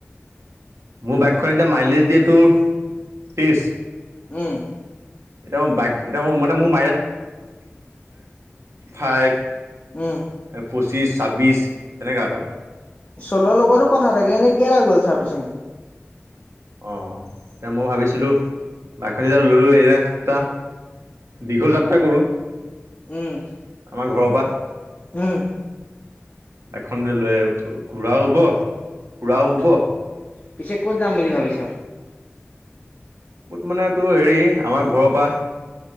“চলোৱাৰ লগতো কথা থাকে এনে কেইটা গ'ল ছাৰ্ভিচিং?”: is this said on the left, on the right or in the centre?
Left